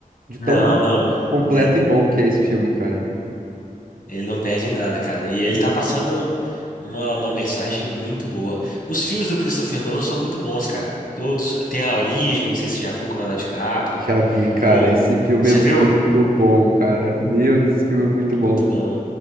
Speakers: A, on the right; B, on the left.
A: De tão
B: Não, não.
A: completo
B: Ele,
A: e bom que é esse filme, cara.
B: Ele não perde em nada, cara. E ele tá passando uma, uma mensagem muito boa. Os filmes do Christopher Nolan são muito bons, cara. Todos. Tem A Origem, não sei se você já viu com o Leonardo DiCaprio.
A: Já vi, cara.
B: Ou.
A: Esse filme
B: Você
A: é muito
B: viu?
A: bom, cara. Meu Deus, esse filme é muito bom.
B: Muito bom.